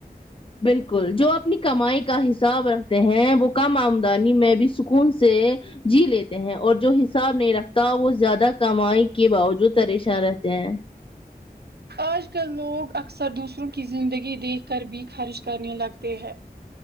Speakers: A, on the left; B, on the right.
A: بالکل جو اپنی کمائی کا حساب رکھتے ہیں وہ کم آمدنی میں بھی سکون سے جی لیتے ہیں اور جو حساب نہیں رکھتا وہ زیادہ کمائی کے باوجود پریشان رہتے ہیں
B: آج کل لوگ اکثر دوسروں کی زندگی دیکھ کر بھی خرچ کرنے لگتے ہے